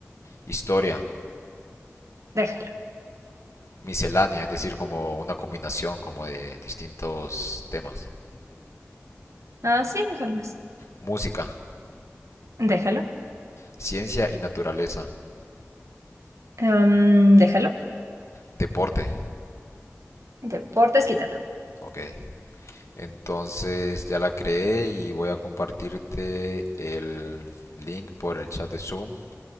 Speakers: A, on the left; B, on the right.
A: historia,
B: déjalo.
A: miscelánea, es decir, como una combinación como de distintos temas.
B: Ah, sí, déjalo eso.
A: Música,
B: Déjalo.
A: ciencia y naturaleza,
B: Am, déjalo.
A: deporte,
B: Deportes, quítalo.
A: ¿ok? Entonces ya la creé y voy a compartirte el link por el chat de Zoom.